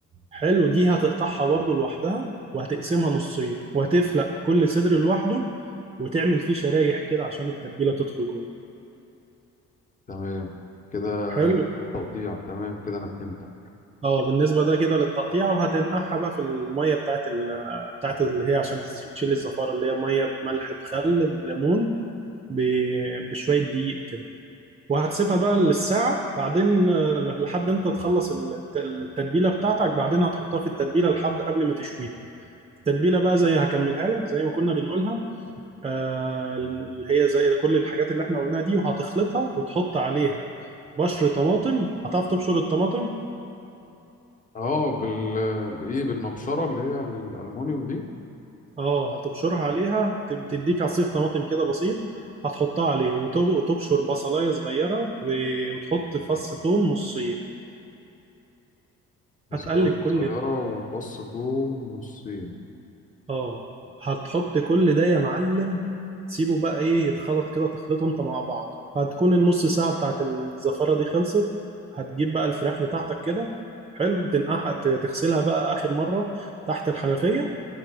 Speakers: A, on the right; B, on the left.
A: حلو دي هتقطعها برضو لوحدها وهتقسمها نصين وهتفلق كل صدر لوحده وتعمل فيه شرايح كده عشان التتبيلة تدخل جوه
B: تمام كده
A: حلو
B: التقطيع تمام كده انا فهمتك
A: اه بالنسبة ده كده للتقطيع وهتنقعها بقى في المية بتاعت ال بتاعت اللي هي عشان تز- تشيل الزفارة اللي هي مية بملح بخل بليمون ب- بشوية دقيق كده وهتسيبها بقى للساعة بعدين آه، لحد انت تخلص الت- التتبيلة بتاعتك بعدين هتحطها في التتبيلة لحد قبل ما تشويها التتبيلة بقى زي هكملها لك زي ما كنا بنقولها آه، اللي هي زي كل الحاجات اللي احنا قلناها دي وهتخلطها وتحط عليها بشر طماطم هتعرف تبشر الطماطم
B: اه بال بايه بالمبشره اللي هي الالومنيوم دي
A: اه هتبشرها عليها تب- تديك عصير طماطم كده بسيط هتحطها عليه وتب- وتبشر بصلاية صغيرة و- وتحط فص توم نصين
B: بصلات
A: هتقلب كل
B: صغيره وفص ثوم نصين
A: اه هتحط كل ده يا معلم سيبه بقى ايه يتخلط كده تخلطه انت مع بعض هتكون النص ساعة بتاعت الزفارة دي خلصت هتجيب بقى الفراخ بتاعتك كده حلو تنقعها ت- تغسلها بقى آخر مرة تحت الحنفية